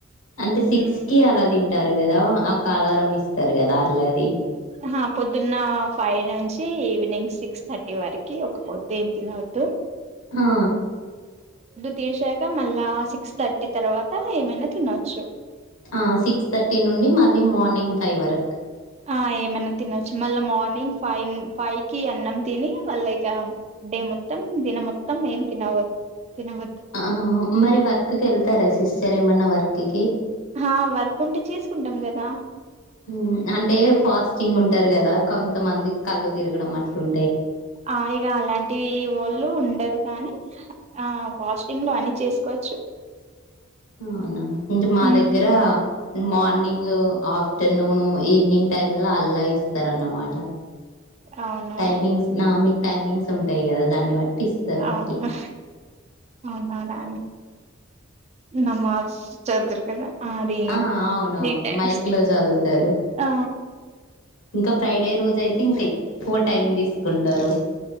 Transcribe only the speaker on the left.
అంటే సిక్స్
కి అలా తిం టారు కదా ఒక అలారం ఇస్తారు కదా అల్లాది
ఆ
ఆ సిక్స్ థర్టీ నుండి మళ్ళీ మార్నింగ్ ఫైవ్ వర
ఆ మరి వర్క్ కి వెళ్తారా సిస్టర్ ఎ మన వర్క్ కి
హ్మ్ అంటే ఫాస్ట్ చింగ్ ఉంటారు కదా కొంతమంది కళ్ళు తిరగడం అట్లుం
అవునా ఇంక మా
దగ్గర మార్నింగూ ఆఫ్టర్నూను ఈవినింగ్ టైమ్ లో అల్లా ఇస్తారన్నమాట
టైపింగ్స్ నా మీ టైమింగ్స్ ఉంటాయి గదా దాన్ని బట్టి ఇస్తారు
అట్లా
ఆ అవును
మైక్ లో చదువుతరు
ఇంకా ఫ్రైడే రోజైతే ఇంక ఎక్కువ టైమ్ తీసుకుంటరు